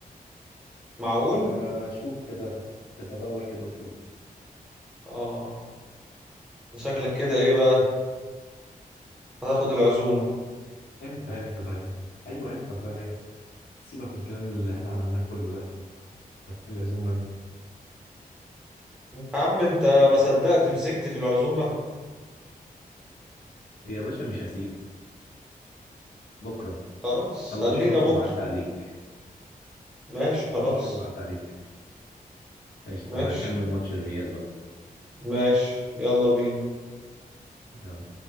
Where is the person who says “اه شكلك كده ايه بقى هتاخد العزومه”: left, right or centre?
Centre